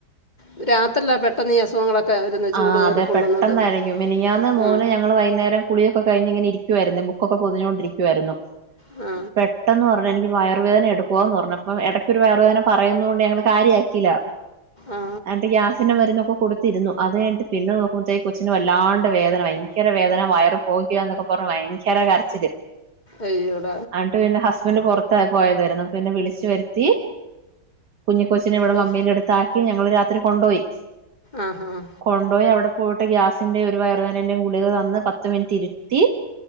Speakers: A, on the left (about 25°); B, on the right (about 70°).
A: ഉ രാത്രില്ല പെട്ടെന്ന് അസുഖങ്ങളൊക്കെ വരുന്നത് ചൂട്
B: ആഹ്
A: കയറിക്കൊള്ളുന്നതും
B: അതെ പെട്ടെന്നായിരിക്കും മിനിങ്ങാന്ന് മോന്
A: ഉം.
B: ഞങ്ങള്ൾ വൈകുന്നേരം കുളിയൊക്കെ കഴിഞ്ഞി ഇങ്ങന ഇരിക്കുായിരുന്നു ബുക്കൊക്കെ പൊഞ്ഞുകൊണ്ടരിക്കുവായിരുന്നു
A: ആ
B: പെട്ടെന്ന് പറഞ്ഞ എനിക്ക് വയറുവേദന എടു ടുക്കുവാ പറഞ്ഞ് ഇടക്കൊരു വേറെ പറയുന്നുന്നത്ണ്ട് ഞങ്ങള് കാര്യ ആക്കല്ല
A: ആ
B: എന്നിട്ട് ഗ്യാസ് സിന്റെ വരുന്നൊക്കെ കൊടുത്തിരുന്നു അത് കഴിട്ട് പിന്നെ നോക്കുമ്പോഴത്തേക്ക് കൊച്ചിനന് വല്ലാണ്ട് വേദന ഭയങ്കര വേന വയറ് പോകുക എന്നൊക്കെ പറഞ്ഞ് ഭയങ്കര കറച്ചില്
A: അയ്യൊട
B: ട്ട് പിന്നെ ഹസ്ബൻഡറ് പുറത്തായി പോയതായിരുന്നു നപ്പ പിന്നെ വിളിച്ചു വരുത്തി കുഞ്ഞിക്ക കൊച്ചിനെ ഇവിടെ മമ്മീന്റെ
A: ഓ
B: അടുത്താക്കി ഞങ്ങൾ രാത്രി കൊണ്ടുപോയി
A: ആഹ് ആഹ്
B: കൊണ്ടുപോയി അവിടെ പോയിട്ട് ഗ്യാസിന്റെറെ ഒരു വയറുവേനന്റെയും ഗുളികൾ തന്ന് പത്ത് മിനിറ്റ് ഇരുത്തി